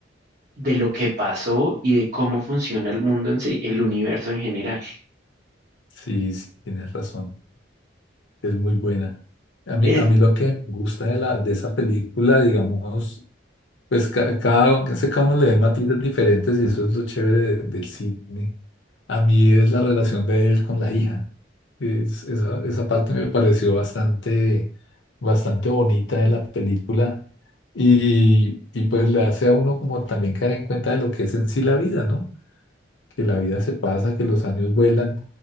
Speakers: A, on the right (about 45°); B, on the left (about 80°).
A: de lo que pasó y de cómo funciona el mundo en sí, el universo en general.
B: sí, sí, tienes razón, es muy buena. A mí,
A: Eh,
B: a mí lo que me gusta de, la, de esa película, digamos, pues ca- cada, casi cada uno le ve matices diferentes y eso es lo chévere de- del cine. A mí es la relación de él con la hija. Es- esa, esa parte me pareció bastante, bastante bonita de la película y, y pues le hace a uno como también caer en cuenta de lo que es en sí la vida, ¿no? Que la vida se pasa, que los años vuelan,